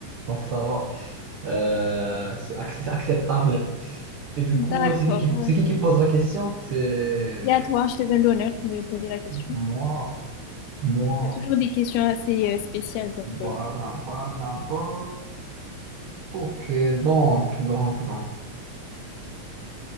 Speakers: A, on the right (about 65°); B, on the left (about 85°).
A: donc ça va. Euh, c'est ac- c'est acceptable. Et du
B: D'accord,
A: coup, euh, c'est qui qui,
B: ouais.
A: c'est qui qui pose la question? C'est
B: Et à toi, je te donne l'honneur de poser la question.
A: moi, moi,
B: Tu as toujours des questions assez euh, spéciales, donc.
A: voilà,
B: euh,
A: voilà, voilà. Ok, donc, donc, donc.